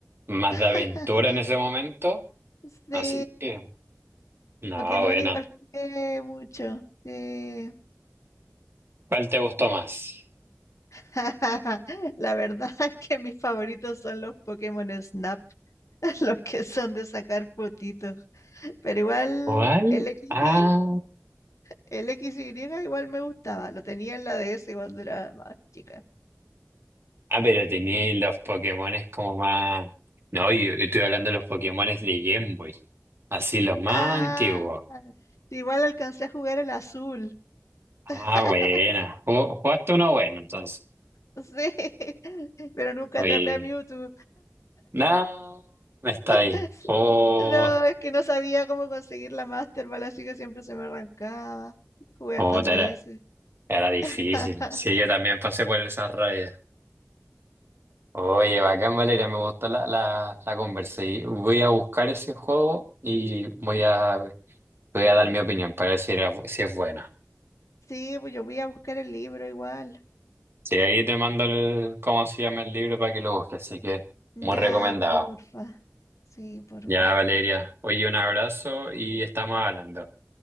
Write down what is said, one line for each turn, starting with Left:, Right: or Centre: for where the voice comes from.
Right: más de aventura
Left: <laughs>
Right: en ese momento.
Left: Sí,
Right: Así que, no,
Left: Pokémon
Right: bueno.
Left: igual jugué mucho, sí.
Right: ¿Cuál te gustó más?
Left: <laughs> La verdad es que mis favoritos son los Pokémon Snap, <laughs> los que son de sacar fotitos. Pero igual
Right: ¿Cuál?
Left: el X
Right: Ah,
Left: y el X XY igual me gustaba, lo tenía en la DS cuando era más chica.
Right: ah, pero tenía los Pokémones como más... No, yo, yo estoy hablando de los Pokémones de Game Boy. Así los más
Left: Ah,
Right: antiguos.
Left: igual alcancé a jugar el azul. <laughs>
Right: Ah, buena. Ju- Jugaste uno bueno, entonces.
Left: Sí, <laughs> pero nunca
Right: Oye.
Left: atrapé a Mewtwo.
Right: No, está
Left: <laughs>
Right: ahí. Oh,
Left: No, es que no sabía cómo conseguir la Master Ball, así que siempre se me arrancaba. Jugué
Right: joder,
Left: hartas veces.
Right: era, era difícil.
Left: <laughs>
Right: Sí, yo también pasé por esa raya. Oye, bacán, Valeria, me gustó la, la, la conversa. Y voy a buscar ese juego y voy a, voy a dar mi opinión para ver si, era, si es buena.
Left: Sí, pues yo voy a buscar el libro igual.
Right: Sí, ahí te mando el, cómo se llama el libro para que lo busques, así que muy
Left: Ya,
Right: recomendado.
Left: porfa. Sí, porfa.
Right: Ya, Valeria, oye, un abrazo y estamos hablando.